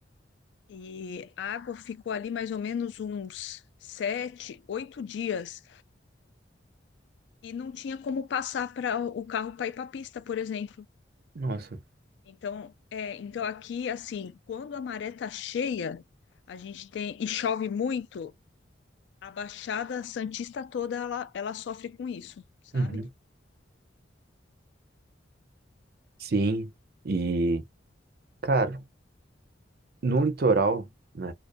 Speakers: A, on the left; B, on the right.
A: e a água ficou ali mais ou menos uns sete, oito dias e não tinha como passar para o carro para ir para a pista, por exemplo.
B: Nossa.
A: Então, é, então aqui assim, quando a maré tá cheia, a gente tem e chove muito, a Baixada Santista toda ela, ela sofre com isso, sabe?
B: Uhum. Sim. E, cara, no litoral, né?